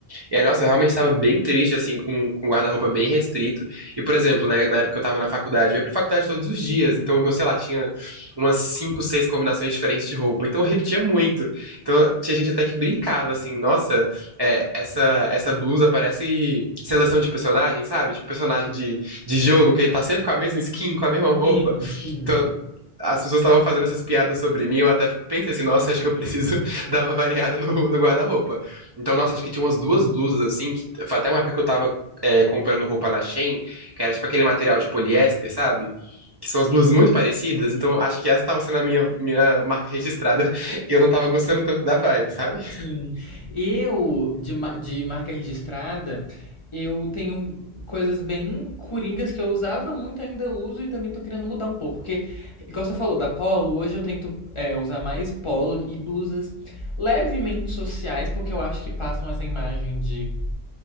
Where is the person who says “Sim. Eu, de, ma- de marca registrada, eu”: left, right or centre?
Left